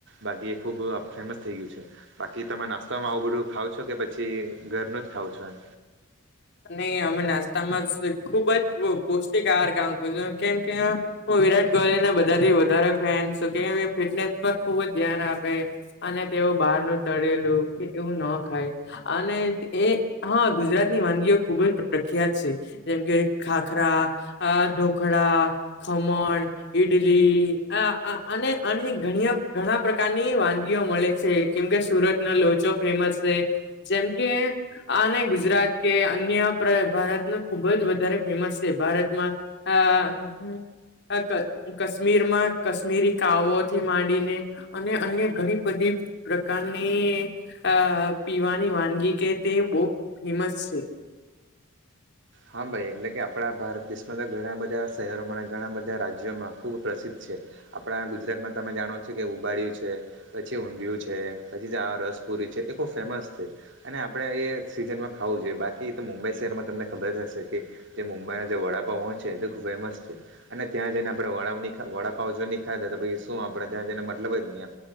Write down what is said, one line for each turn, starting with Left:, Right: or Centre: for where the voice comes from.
Right: બાકી એ ખૂબ ફેમસ થઈ ગયું છે, બાકી તમે નાસ્તામાં આવું બધું ખાવ છો કે પછી ઘરનું જ ખાવં છો એમ
Left: નહી અમે નાસ્તામાં ખુબ જ પો પૌષ્ટિક આહાર ખામ કેમ કે વિરાટ કોહલીને બધાથી વધારે ફેન શ કહીએ ને કેફિટનેસ પર ખુબ જ ધ્યાન આપે અને વ બહાર નુ તળેલું કે એવું ના ખાય અને એ હા ગુજરાત ની વાનગી ખુબ જ પ્રખ્યાત છે, જેમ કે ખાખરા, ઢોકળા, ખમણ ઈડલી આ અને અને અ ઘણી ઘણા પ્રકારની વાનગીઓ મળે છે. કેમકે સુરત નો લોચો ફેમસ છે, જેમ કે આને ગુજરાત કે અન્ય આપરે ભારતનું ખુબ જ વધારે ફેમસ છે ભારતમાં આ કાશ્મીર માં કાશ્મીરી કાવોથી માંડીને અને અન્ય ઘણી બધી પ્રકારની અ પીવાની વાનગી કે તે બહુ ફેમસ શ
Right: હા ભાઈ એટલે કે આપણા ભારત દેશમાં તો ઘણા બધા શહેરોમાં ઘણા બધા રાજ્યોમાં ખુબ પ્રસિદ્ધ છે. છે આપણા ગુજરાતમાં તમે જાણો છો કે ઉબાડ્યું છે, પછી ઊઢિયું છે, પછી આ રસ પુરી છે એ ખૂબ ફેમસ છે અને આપડણે એ સીઝનમાં ખાવું જોઈએ બાકી તો મુંબઈ શહેરમાં તમને ખબર હશે કે જે મુંબઈના જે વડાપાવ હો છે તે ખૂબ ફેમસ છે અને ત્યાં જઈને આપણે વડાની ખ વડાપાવ જો નહીં ખાયા તો પછી શું આપડે ત્યાં જઈને મતલબ જ હી